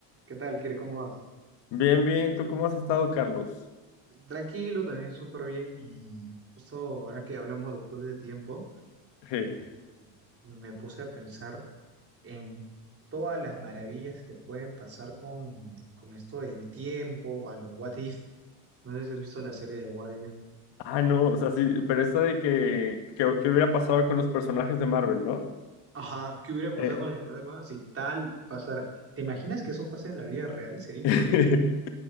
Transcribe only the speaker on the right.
¿Qué tal, Kire? ¿Cómo vas?
Tranquilo, también súper bien. Y justo ahora que hablamos después de tiempo,
eh, me puse a pensar en todas las maravillas que pueden pasar con, con esto del tiempo, a lo what if. No sé si has visto la serie de what if.
Ajá, ¿qué hubiera pasado
con los problemas si tal pasara? ¿Te imaginas que eso pase en la vida real? Sería increíble.